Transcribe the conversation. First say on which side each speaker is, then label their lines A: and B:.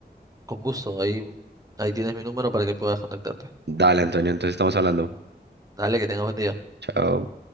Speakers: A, on the right; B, on the right.
A: Con gusto, ahí, ahí tienes mi número para que puedas contactarte.
B: Dale, Antonio, entonces estamos hablando.
A: Dale, que tengas buen día.
B: Chao.